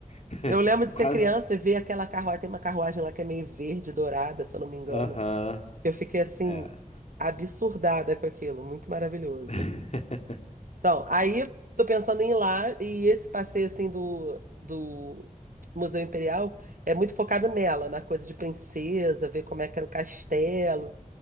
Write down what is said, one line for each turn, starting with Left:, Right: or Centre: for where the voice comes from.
Left: <laughs>
Right: Eu lembro de
Left: Quase.
Right: ser criança e ver aquela carruagem. Tem uma carruagem lá que é meio verde, dourada, se eu não me engano.
Left: Aham.
Right: Eu fiquei assim,
Left: É.
Right: absurdada com aquilo. Muito maravilhoso.
Left: <laughs>
Right: Então, aí tô pensando em ir lá e esse passeio assim do, do Museu Imperial é muito focado nela, na coisa de princesa, ver como é que era o castelo